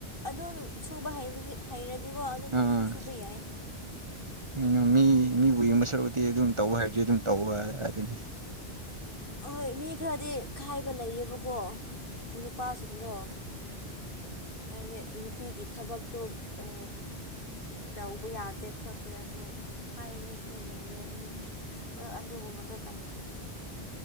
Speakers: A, on the left; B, on the right.
A: ꯑꯗꯨꯝ ꯁꯨꯕ ꯍꯩꯕꯗꯤ ꯍꯩꯔꯗꯤꯀꯣ ꯑꯗꯨꯝ
B: ꯑꯥ
A: ꯄꯪꯁꯨ ꯁꯨꯕ ꯌꯥꯏ
B: ꯀꯩꯅꯣ ꯃꯤ ꯃꯤꯕꯨ ꯌꯦꯡꯕ ꯁꯔꯨꯛꯇꯤ ꯑꯗꯨꯝ ꯇꯧꯕ ꯍꯥꯏꯕꯖꯤ ꯑꯗꯨꯝ ꯇꯧꯕ ꯑꯗꯨꯅꯤ
A: ꯑꯍꯣꯏ ꯃꯤ ꯈꯔꯗꯤ ꯈꯥꯏꯕ ꯂꯩꯌꯦꯕꯀꯣ ꯅꯨꯄꯥꯁꯤꯡꯗꯣ ꯍꯥꯏꯗꯤ ꯅꯨꯞ ꯅꯨꯄꯤꯒꯤ ꯊꯕꯛꯇꯣ ꯑꯣ ꯇꯧꯕ ꯌꯥꯗꯦ ꯈꯣꯠꯇꯦ ꯑꯗꯨ ꯍꯥꯏꯕꯁꯨ ꯂꯩꯌꯦ ꯃꯤ ꯍꯥ ꯍ ꯑꯗꯨꯒꯨꯝꯕꯗꯣ ꯇꯜꯂꯦ